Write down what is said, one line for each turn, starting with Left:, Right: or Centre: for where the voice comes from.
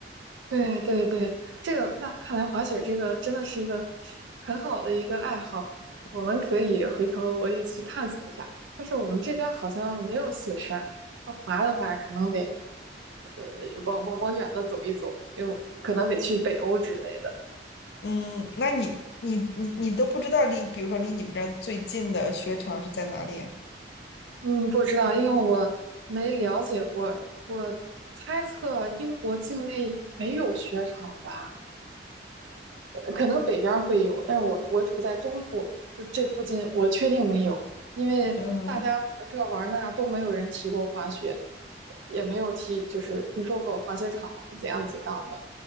Right: 对对对，这个那看来滑雪这个真的是一个很好的一个爱好，我们可以回头我也去探索一下。但是我们这边好像没有雪山，要滑的话可能得呃往往往远了走一走，又可能得去北欧之类的。
Left: 嗯，那你你你你都不知道离，比如说离你们这儿最近的雪场是在哪里啊
Right: 嗯，不知道，因为我没了解过，我猜测英国境内没有雪场吧。可能北边会有，但是我我处在中部，就这附近，我确定没有，因为大家玩这玩那都没有人提过滑雪，
Left: 嗯
Right: 也没有提就是听说过滑雪场怎样怎样的，